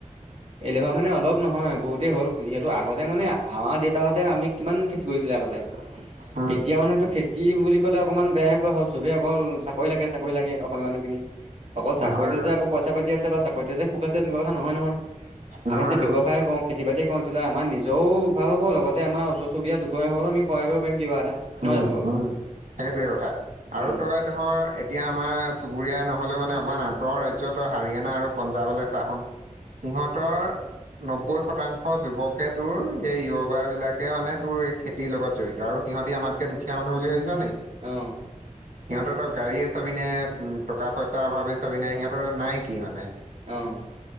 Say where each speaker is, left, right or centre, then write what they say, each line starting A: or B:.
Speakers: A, on the right; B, on the right.
A: এলেভা মানে অলপ নহয় বহুতেই হ'ল যিহেতু আগতে মানে আমাৰ দেউতাহঁতে আমি কিমান খেতি কৰিছিলে আগতে।
B: <inaudible>
A: এতিয়া মানুহেটো খেতি বুলি ক'লে অকণমান বেয়াই পোৱা হ'ল, চবেই অকল চাকৰি লাগে চাকৰি লাগে অসমীয়া মানুহখিনি। অকল চাকৰিতে
B: হয় হয়
A: যে আকৌ পইচা পাতি আছে বা চাকৰিত যে সুখ আছে তেনেকুৱা কথা নহয়, নহয়
B: নহয়তো
A: আমি যি ব্যয়সায় কৰোঁ খেতি বাতি কৰোঁ তেতিয়াহ'লে আমাৰ নিজেও ভাল হ'ব লগতে আমাৰ ওচৰ চবুৰীয়া আমি সহায় কৰিব পাৰিম কিবা এটা,
B: উম
A: নহয় জানো
B: উম সেইটোৱে কথা আৰু
A: উম।
B: তই ধৰ এতিয়া আমাৰ চুবুৰীয়া নহ'লেও মানে অকমান আঁতৰৰ ৰাজ্য হাৰিয়ানা আৰু পঞ্জাৱলৈ চা সিহঁতৰ নব্বৈ শতাংশ যুৱকে তোৰ সেই যুৱাবিলাকে মানে তোৰ খেতিৰ লগত জড়িত আৰু সিহঁতি আমাতকে দুখীয়া মানুহ বুলি ভাবিছ নেকি!
A: অ'।
B: <inaudible> সিহঁতৰ তই গাড়ীয়ে চাবিনে টকা পইচাৰ অভাৱে চাবিনে সিহঁতৰ নাই কি মানে!
A: অ'।